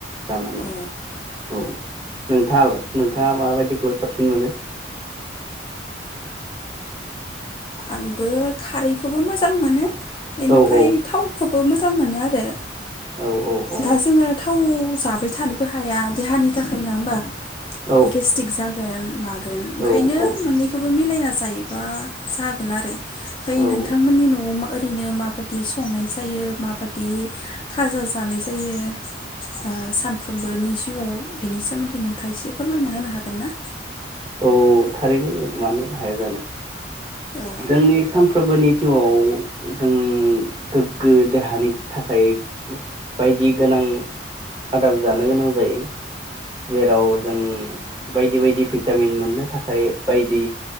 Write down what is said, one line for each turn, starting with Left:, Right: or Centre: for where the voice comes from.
Right: जानानै
Left: औ
Right: औ। नोंथाङालाय नोंथाङा माबायदिखौ साबसिन मोनो?
Left: आंबो खारैखौबो मोजां मोनो। बेनिफ्राय
Right: औ औ
Left: थावखौबो मोजां मोनो आरो
Right: औ औ औ
Left: दा जोङो थाव जाबाय थानोबो हाया देहानि थाखाय नोङा होमबा?
Right: औ
Left: गेस्टिक जागोन मागोन ओंखायनो
Right: औ औ
Left: मोननैखौ मिलायना जायोबा जा <unintelligible> बै
Right: औ
Left: नोंथांमोननि न'आव मा ओरैनो माबादि संनाय जायो माबादि खाजा जानाय जायो ओ सानफ्रोमबोनि जिउआव बेनि सोमोन्दै नोंथाङा एसे फोरमायना होनो हागोन ना?
Right: औ थारैनो मानो हाया जानो
Left: औ
Right: जोंनि सानफ्रोमबोनि जिउआव जों गोग्गो देहानि थाखाय बायदि गोनां आदार जानो गोनां जायो। जेराव जों बायदि बायदि भिटामिन मोननो थाखाय बायदि